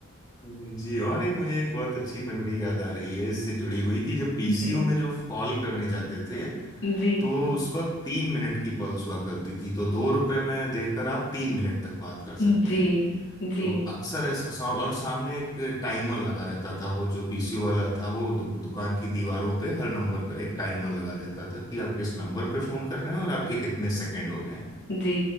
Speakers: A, on the left (about 20°); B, on the left (about 55°).
A: जी और एक मुझे एक बहुत अच्छी मेमोरी याद आ रही है इससे जुड़ी हुई कि जब पीसीओ
B: जी
A: में जो कॉल करने जाते थे
B: जी
A: तो उस वक्त तीन मिनट की पल्स हुआ करती थी तो दो रुपए में देकर आप तीन मिनट तक बात कर
B: जी
A: सकते
B: जी
A: हैं
B: जी
A: तो अक्सर ऐसा सा, और सामने एक टाइमर लगा रहता था वो जो पीसीओ वाला था वो दु, दुकान की दीवारों पे हर नंबर का एक टाइमर लगा देता था कि आप किस नंबर पे फोन कर रहे हैं और आपके कितने सेकंड हो गए हैं
B: जी